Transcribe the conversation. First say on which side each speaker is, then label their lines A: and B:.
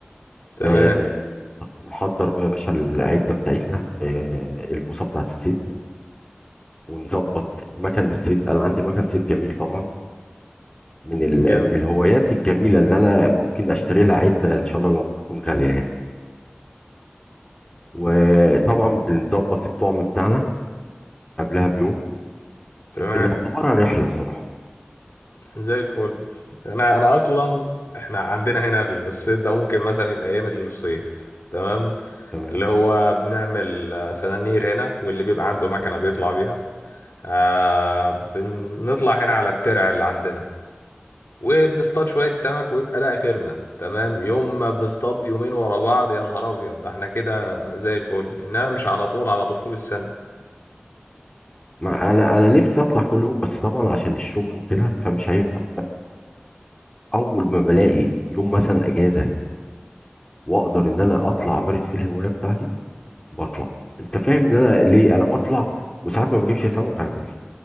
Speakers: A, on the left (about 75°); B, on the left (about 20°).
A: تمام
B: آه نحضر بقى يا باشا العدة بتاعتنا آه البوصة بتاعت الصيد ونظبط مكان الصيد أنا عندي مكان صيد جميل طبعا من ال...
A: جامد
B: من الهوايات الجميلة اللي أنا ممكن أشتري لها عدة إن شاء الله لو تكون غالية يعني وطبعا بنظبط الطعم بتاعنا قبلها بيوم
A: تمام
B: بنعتبرها رحلة بصراحة
A: زي الفل انا انا اصلا احنا عندنا هنا الصيد ده ممكن مثلا يبقى ايام الصيف تمام
B: تمام
A: اللي هو بنعمل آه، سنانير هنا واللي بيبقى عنده مكنة بيطلع بيها آه بنطلع هنا على الترع اللي عندنا وبنصطاد شوية سمك ويبقى ده آخرنا تمام يوم ما بنصطاد يومين ورا بعض يا نهار أبيض ده احنا كده زي الفل إنما مش على طول على طول طول السنة
B: ما انا انا نفسي اطلع كل يوم بس طبعا عشان الشغل وكده فمش هينفع فاول ما بلاقي يوم مثلا اجازه واقدر ان انا اطلع امارس فيه الهوايه بتاعتي بطلع انت فاهم ان انا ليه انا بطلع وساعات ما بجيبش سمك على فكره